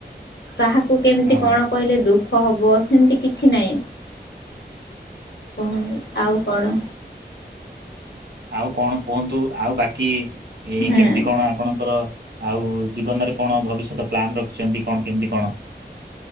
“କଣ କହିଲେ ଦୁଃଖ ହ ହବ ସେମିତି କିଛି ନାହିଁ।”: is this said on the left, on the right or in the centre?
Left